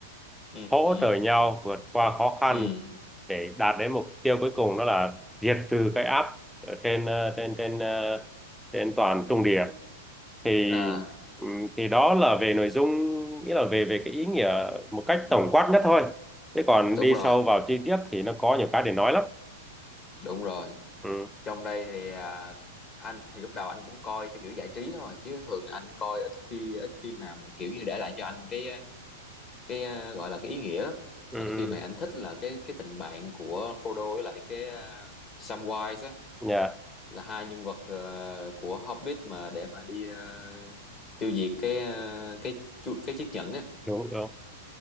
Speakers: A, on the left; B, in the centre.
A: ừ
B: hỗ
A: ừ
B: trợ nhau vượt qua khó khăn
A: ừ
B: để đạt đến mục tiêu cuối cùng đó là diệt trừ cái áp ở trên ờ, trên trên ờ, trên toàn trung địa thì
A: à
B: ừm, thì đó là về nội dung nghĩa là về về cái ý nghĩa một cách tổng quát nhất thôi thế còn
A: đúng
B: đi
A: rồi
B: sâu vào chi tiết thì nó có nhiều cái để nói lắm
A: đúng rồi
B: ừ
A: trong đây thì à, anh thì lúc đầu anh cũng coi theo kiểu giải trí thôi chứ thường anh coi ít phim ít phim nào mà kiểu như để lại cho anh cái cái à, gọi là cái ý nghĩa lắm
B: ừ
A: và
B: ừ.
A: cái phim này anh thích là cái cái tình bạn của Frodo với lại cái uh, Samwise á
B: dạ
A: là hai nhân vật ờ, của Hobbit mà để mà đi ờ, tiêu diệt cái ờ, cái chu- cái chiếc nhẫn á
B: đúng đúng